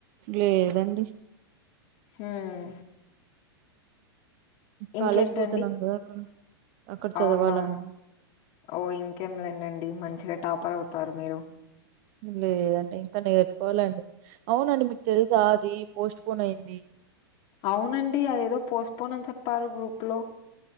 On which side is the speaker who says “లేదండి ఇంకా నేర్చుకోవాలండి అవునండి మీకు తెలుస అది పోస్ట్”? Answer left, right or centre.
Right